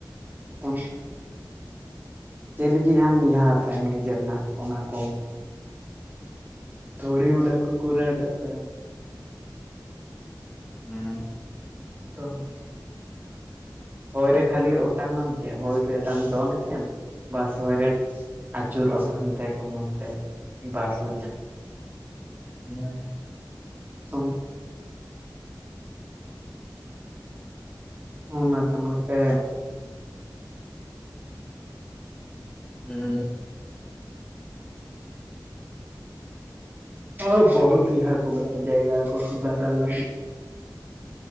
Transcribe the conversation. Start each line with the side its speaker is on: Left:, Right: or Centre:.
Right: ᱛᱚ ᱪᱮᱫ ᱞᱟᱹᱜᱤᱫ ᱟᱢ ᱦᱟ ᱦᱟᱛᱢ ᱱᱤᱡᱮᱨ ᱨᱮᱱᱟᱜ ᱚᱱᱟ ᱠᱚ ᱛᱲ ᱩᱰᱠ ᱠᱚᱩᱨ ᱰᱠ
Centre: ᱦᱮᱸ
Right: ᱛᱚ ᱦᱚᱭ ᱨᱮ ᱠᱷᱟᱹᱞᱤ ᱚᱴᱟᱝ ᱟᱢ ᱪᱮᱫ ᱦᱚᱭ ᱨᱮ ᱟᱢ ᱫᱚᱱ ᱠᱮᱫᱮᱜᱢ ᱵᱟᱥ ᱦᱚᱭ ᱨᱮ ᱟᱹᱪᱩᱨᱚᱜᱼᱟᱢ ᱦᱟᱱᱛᱮ ᱠᱷᱚᱱ ᱱᱛᱮ ᱵᱟᱥ ᱦᱩᱭᱧᱟ
Centre: ᱦᱮᱸ
Right: ᱛᱚᱝ ᱚᱱᱟ ᱠᱟᱱᱟᱛᱮ
Centre: ᱦᱮᱸ
Right: ᱦᱳᱭ ᱵᱚᱦᱩᱛ ᱤᱭᱟᱹ ᱠᱚ ᱢᱮᱱᱟᱜ -ᱟ ᱡᱟᱭᱜᱟ ᱠᱚ ᱫᱟᱰᱟᱱ ᱞᱟᱹᱜᱤᱫ